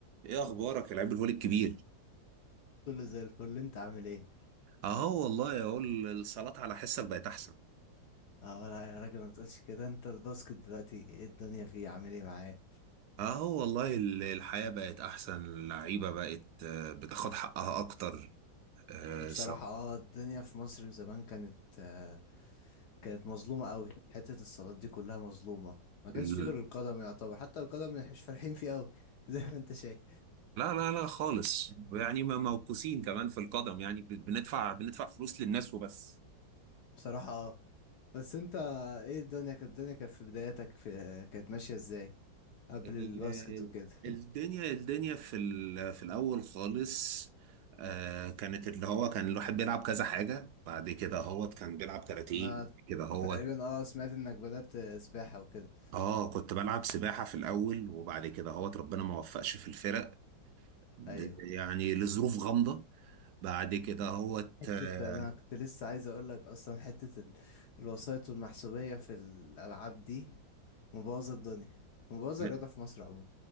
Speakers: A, on the right (about 70°); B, on the left (about 65°).
A: ايه اخبارك يا لعيب الفولي الكبير
B: كله زي الفل انت عامل ايه
A: اهو والله اقول الصلاة على حسك بقت احسن
B: اه لا يا راجل ما تقولش كده انت الباسكت دلوقتي ايه الدنيا فيه عامل ايه معاه
A: اهو والله ال- الحياة بقت احسن اللعيبة بقت آه، بتاخد حقها اكتر آه،
B: بصراحة
A: سو...
B: اه الدنيا في مصر من زمان كانت آه كانت مظلومة قوي حتة الصالات دي كلها مظلومة ما كانش
A: ال-
B: فيه غير القدم يعتبر حتى القدم مش فالحين فيه قوي <laughs> زي ما انت شايف
A: لا لا لا خالص يعني ما موقوسين كمان في القدم يعني ب- بندفع بندفع فلوس للناس وبس
B: بصراحة اه بس انت ايه الدنيا كانت الدنيا كانت في بداياتك في كانت ماشية ازاي قبل
A: ال-
B: الباسكت وكده
A: الدنيا الدنيا في ال- في الاول خالص آه، كانت اللي هو كان الواحد بيلعب كذا حاجة بعد كده هو كان بيلعب كاراتيه
B: انا
A: كده هو
B: تقريبا اه سمعت انك بدأت سباحة وكده
A: اه كنت بلعب سباحة في الأول وبعد كده هوت ربنا ما وفقش في الفرق ب-
B: ايوه
A: يعني لظروف غامضة بعد كده هوت
B: حتة
A: آه،
B: أنا كنت لسه عايز أقولك أصلا حتة ال- الوسائط والمحسوبية في الألعاب دي مبوظة الدنيا مبوظة
A: لا،
B: الرياضة في مصر عموما